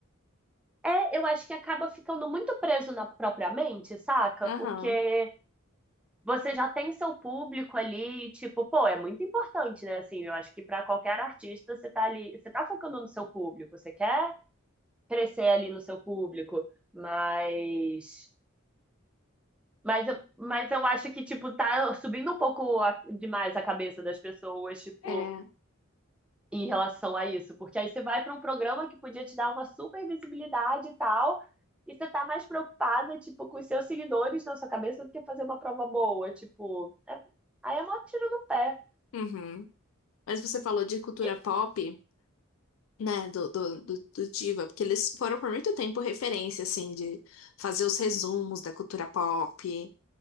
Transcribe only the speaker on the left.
Aham.
É.
Uhum. Mas você falou de cultura
pop, né, do, do, do, do Diva, porque eles foram por muito tempo referência, assim, de fazer os resumos da cultura pop,